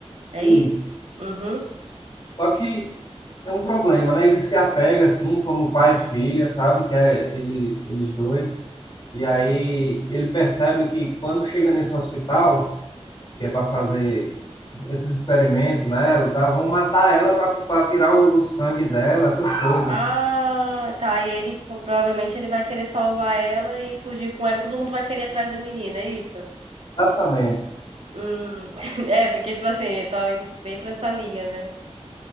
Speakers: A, on the right (about 65°); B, on the left (about 45°).
A: É
B: isso.
A: isso? Uhum.
B: Só que é um problema, né? Ele se apega assim, como pai e filha, sabe? Que é ele, eles dois. E aí ele percebe que quando chega nesse hospital, que é para fazer esses experimentos nela, tá? Vão matar ela para tirar o, o sangue dela, essas coisas.
A: Ah, tá. E ele provavelmente ele vai querer salvar ela e fugir com ela. e Todo mundo vai querer ir atrás da menina, é isso?
B: Exatamente.
A: Hum. <laughs> É, porque, tipo assim, ele tá indo bem pra essa linha, né?